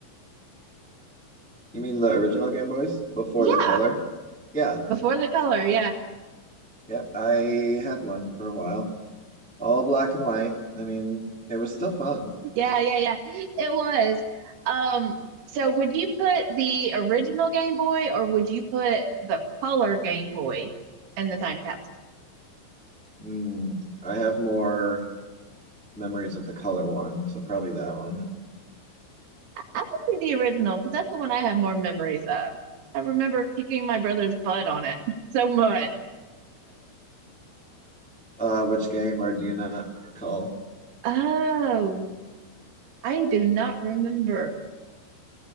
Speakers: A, in the centre; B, on the right (about 70°).
A: You mean the original Game Boys before
B: Yeah,
A: the color? Yeah,
B: before the color, yeah.
A: yeah. I had one for a while, all black and white. I mean, it was still fun.
B: Yeah, yeah, yeah. It was. Um, so would you put the original Game Boy or would you put the color Game Boy in the time capsule?
A: Mm, I have more memories of the color one, so probably that one.
B: I would do the original because that's the one I have more memories of. I remember kicking my brother's butt on it <laughs> so much.
A: Uh, which game, or do you not recall?
B: Oh, I do not remember.